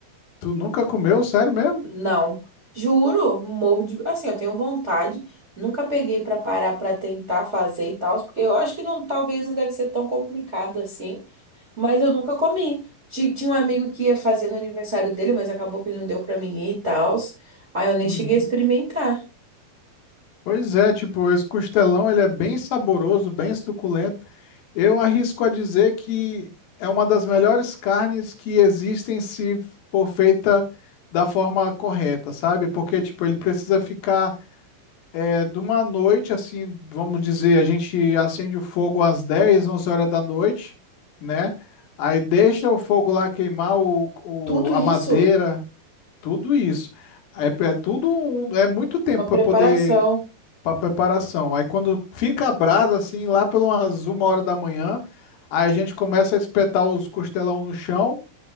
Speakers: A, on the left; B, on the right.
A: Tu nunca comeu? Sério mesmo?
B: Não. Juro, morro de... Assim, eu tenho vontade, nunca peguei pra parar pra tentar fazer e tal, porque eu acho que não, talvez não deve ser tão complicado assim. Mas eu nunca comi. Ti- Tinha um amigo que ia fazer no aniversário dele, mas acabou que não deu pra mim ir e tal. Aí eu nem
A: Uhum.
B: cheguei a experimentar.
A: Pois é, tipo, esse costelão ele é bem saboroso, bem suculento. Eu arrisco a dizer que é uma das melhores carnes que existem se for feita da forma correta, sabe? Porque, tipo, ele precisa ficar É, de uma noite, assim, vamos dizer, a gente acende o fogo às 10 11 horas da noite, né? Aí deixa o fogo lá queimar o,
B: Tudo
A: o- a
B: isso?
A: madeira, tudo isso. É, é tudo, um- é muito tempo
B: Uma
A: para
B: preparação,
A: poder, para preparação. Aí quando fica a brasa, assim, lá pelas uma hora da manhã, aí a gente começa a espetar os costelão no chão,